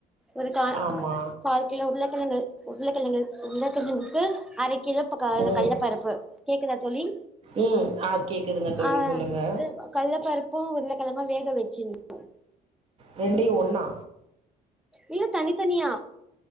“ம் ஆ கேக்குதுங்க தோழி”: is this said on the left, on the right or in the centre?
Right